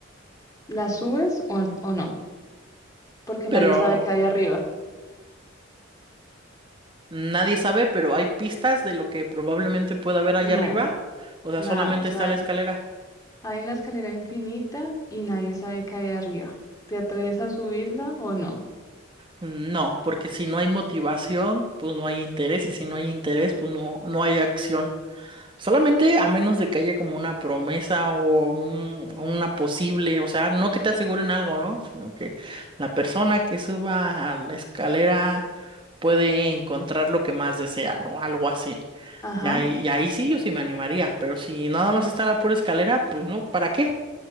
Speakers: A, on the left; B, on the right.
A: ¿La subes o, o no? Porque
B: Pero
A: nadie sabe qué hay arriba.
B: nadie sabe, pero hay pistas de lo que probablemente pueda haber allá
A: No,
B: arriba. O sea,
A: nada.
B: solamente
A: O sea,
B: está la escalera.
A: hay una escalera infinita y nadie sabe qué hay arriba. ¿Te atreves a subirla o no?
B: No, porque si no hay motivación, pues no hay interés, y si no hay interés, pues no, no hay acción. Solamente a menos de que haya como una promesa o un- o una posible, o sea, no que te aseguren algo, ¿no? Sino que la persona que suba a la escalera puede encontrar lo que más desea, ¿no? Algo así.
A: Ajá,
B: Y ahí, y ahí sí yo sí me animaría, pero si nada más está la pura escalera, pues no, ¿para qué?